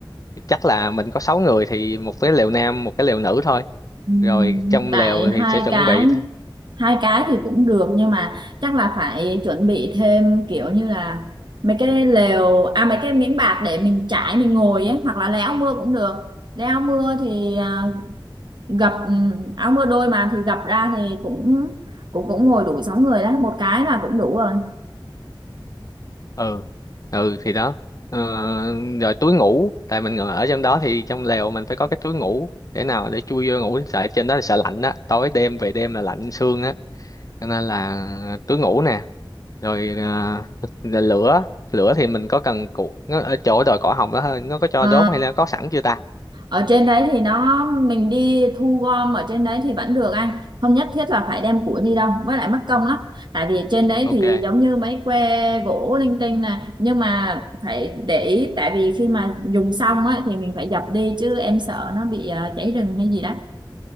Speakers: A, on the left; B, on the right.
A: chắc là mình có 6 người thì một cái lều nam một cái lều nữ thôi
B: Ừm,
A: rồi trong
B: Tại
A: lều thì
B: hai
A: sẽ chuẩn
B: cái
A: bị
B: hai cái thì cũng được nhưng mà chắc là phải chuẩn bị thêm kiểu như là mấy cái lều à mấy cái miếng bạt để mình trải mình ngồi ấy hoặc là lấy áo mưa cũng được lấy áo mưa thì à, gập ừm, áo mưa đôi mà thì gập ra thì cũng cũng cũng ngồi đủ sáu người đấy một cái là cũng đủ rồi
A: ừ ừ thì đó ờ, rồi túi ngủ tại mình ngồi ở trong đó thì trong lều mình phải có cái túi ngủ để nào để chui vô ngủ sợ trên đó là sợ lạnh á tối đêm về đêm là lạnh xương á cho nên là túi ngủ nè rồi à, là lửa lửa thì mình có cần cụ nó ở chỗ đồi cỏ hồng đó thôi nó có cho
B: Ờ,
A: đốt hay là có sẵn chưa ta
B: ở trên đấy thì nó mình đi thu gom ở trên đấy thì vẫn được anh không nhất thiết là phải đem củi đi đâu với lại mất công lắm tại vì trên đấy
A: ok
B: thì giống như mấy que gỗ linh tinh này nhưng mà phải để ý tại vì khi mà dùng xong á thì mình phải dập đi chứ em sợ nó bị ờ, cháy rừng hay gì đó